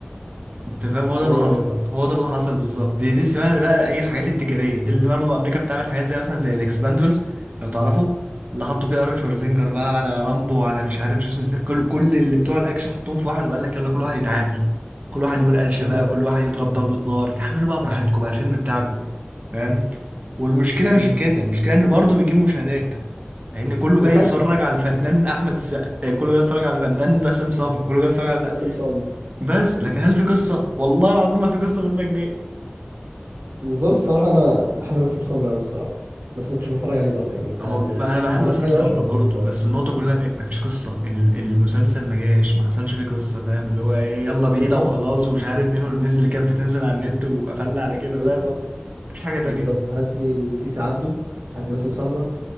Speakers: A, on the right; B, on the right.
A: انت فاهم هو ده اللي
B: ايوه
A: حصل
B: ايوه فعلا
A: هو ده اللي حصل بالظبط دي, دي اسمها بقى ايه الحاجات التجاريه دي اللي برضه امريكا بتعمل حاجات زي مثلا زي الاكسباندبلز لو تعرفوا اللي حطوا فيه ارون شوارزينجر بقى على رامبو على مش عارف جيسون س- كل كل اللي بتوع الاكشن حطوهم في واحد وقال لك يلا كل واحد يتعامل كل واحد يقول قلشه
B: آه.
A: بقى كل واحد يضرب ضربه نار اعملوا بقى براحتكم بقى الفيلم بتاعكم فاهم والمشكله مش
B: أمم.
A: في كده المشكله انه برضه بيجيب مشاهدات لان كله
B: وفاشله
A: جاي يتفرج على الفنان احمد السقا آه، كله جاي يتفرج على الفنان باسم سمر كله جاي يتفرج على
B: باسم سمرة
A: بس لكن هل في قصه والله العظيم ما في قصه غير 100 جنيه
B: بالظبط الصراحة أنا بحب باسم سمرة أوي الصراحة بس ممكنش بتفرج عليه برضه يعني أنت
A: هو
B: م-
A: بقى انا بحب
B: لو
A: مثلا
B: عملت حاجة
A: سمرة
B: وحشة أقول
A: برضه
B: لك إن أنت وحش
A: بس النقطه كلها في إيه؟ ما فيش قصه ال- المسلسل ما جاش ما حصلش فيه قصه فاهم اللي هو ايه يلا بينا
B: بالظبط
A: وخلاص ومش عارف مين والميمز اللي كانت بتنزل على النت وقفلنا على كده
B: بالظبط
A: فاهم مفيش حاجه
B: بالظبط
A: تانية
B: هات لي فيفي عبده هات لي باسم سمرة